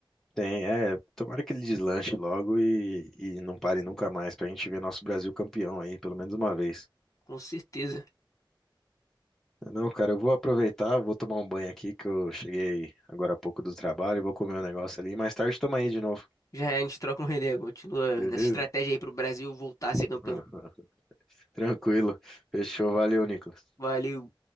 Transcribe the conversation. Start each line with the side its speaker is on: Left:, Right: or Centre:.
Centre: tem, é, tomara que ele deslanche logo e, e não pare nunca mais pra gente ver nosso Brasil campeão aí, pelo menos uma vez.
Left: Com certeza.
Centre: Não, cara, eu vou aproveitar, vou tomar um banho aqui, que eu cheguei agora há pouco do trabalho, vou comer um negócio ali. Mais tarde tamo aí de novo,
Left: Já é, a gente troca um ideia, continua
Centre: beleza?
Left: nessa estratégia aí pro Brasil voltar a ser
Centre: <laughs>
Left: campeão.
Centre: Tranquilo. Fechou, valeu, Nicolas.
Left: Valeu.